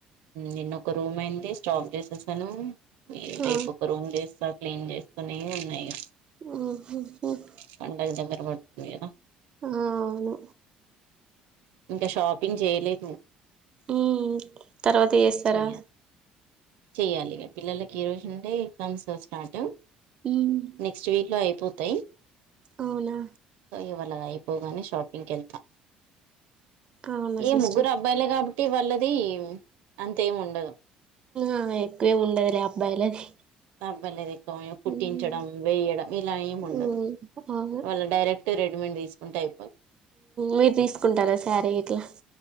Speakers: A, on the right; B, on the right.
A: నిన్నొ ఒక రూమ్ అయింది స్టాక్ చేసేసాను రేపు
B: ఆ
A: ఒక రూమ్ చేస్తా క్లీన్ చేస్తూనే ఉన్నాయిగా
B: ఆ
A: పండగ దగ్గరబతుందిద
B: ఆ అవును
A: ఇంకా షాపింగ్ చేయలేదు
B: ఉ తర్వాత చేస్తారా
A: చెయ్యాలి చెయ్యాలి పిల్లలకి ఈ రోజుండే ఎగ్జామ్స్ స్టార్ట్
B: ఉమ్
A: నెక్స్ట్ వీక్ లో అయిపో పోతయి
B: అవునా
A: ఇవాళగా అయిపోగానే షాపింగ్కి వెళ్తాం
B: అవునా
A: ఏ
B: సిస్టర్
A: ముగ్గురు అబ్బాయిలుగా ఇటి వల్లది అంతేం ఉండదు
B: ఆ ఎక్కువే ఉండదులే అబ్బాయిలది
A: తబ్బలేది ఎక్కువ కుట్టించడం
B: ఉమ్
A: వేయడం ఇలా ఏమి ఉండదు
B: ఉమ్ అవును
A: వాళ డైరెక్ట్ రె తీసుకుంటాయి
B: మీరు తీసుకుంటారా సారీ ఇట్లా